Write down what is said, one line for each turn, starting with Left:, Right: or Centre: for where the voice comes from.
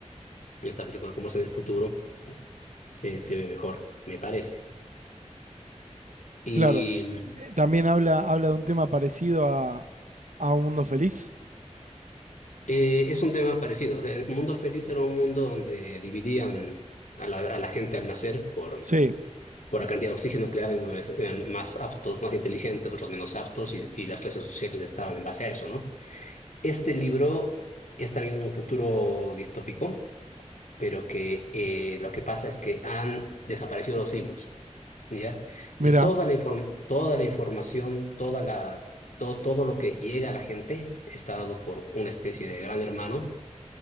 Left: y esta película como es en el futuro, se, se ve mejor, me parece. Y
Right: Claro.
Left: mm,
Right: Eh, También habla, habla de un tema parecido a, a Un Mundo Feliz.
Left: eh, es un tema parecido. O sea, el mundo feliz era un mundo donde dividían a la, a la gente al nacer por,
Right: Sí.
Left: por la cantidad de oxígeno que le daban, unos eran más aptos, más inteligentes, otros menos aptos, y, y las clases sociales estaban en base a eso, ¿no? Este libro es también un futuro distópico, pero que eh, lo que pasa es que han desaparecido los libros. ¿ya?
Right: Mira,
Left: Y toda la inform- toda la información, toda la, to- todo lo que llega a la gente está dado por una especie de gran hermano